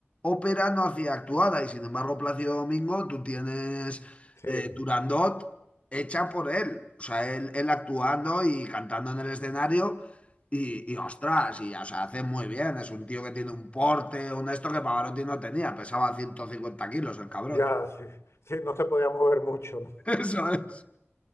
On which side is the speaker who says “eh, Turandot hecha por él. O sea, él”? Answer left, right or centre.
Left